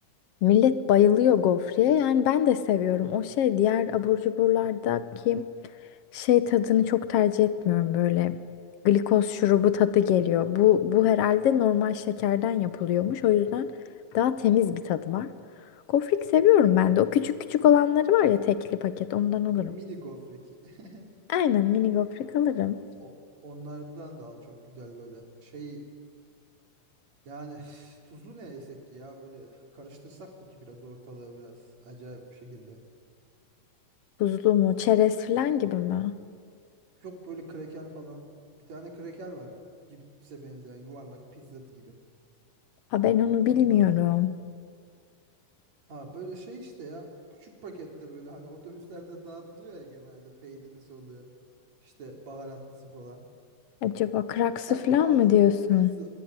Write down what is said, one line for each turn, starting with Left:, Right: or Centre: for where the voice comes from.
Left: Millet bayılıyor gofreye. Yani ben de seviyorum. O şey diğer abur cuburlardaki şey tadını çok tercih etmiyorum. Böyle glikoz şurubu tadı geliyor. Bu, bu herhalde normal şekerden yapılıyormuş. O yüzden daha temiz bir tadı var. Gofrik seviyorum ben de. O küçük küçük olanları var ya tekli paket ondan alırım.
Right: Mini gofrik. <laughs>
Left: Aynen mini gofret alırım.
Right: O, onlardan da al çok güzel böyle şey yani <sighs> tuzlu ne yesek ki ya böyle karıştırsak mı ki biraz ortalığı biraz acayip bir şekilde.
Left: Buzlu mu? Çerez falan gibi mi?
Right: Çok böyle kraker falan. Bir tane kraker var. Cipse benzeyen yuvarlak pizza gibi.
Left: Ha ben onu bilmiyorum.
Right: Adını hat- Ha böyle şey işte ya küçük pakette böyle hani otobüslerde <laughs> dağıtılıyor ya genelde peynirlisi oluyor. İşte baharatlısı falan.
Left: Acaba kraksı
Right: Galiba
Left: falan
Right: adı
Left: mı diyorsun?
Right: da pizza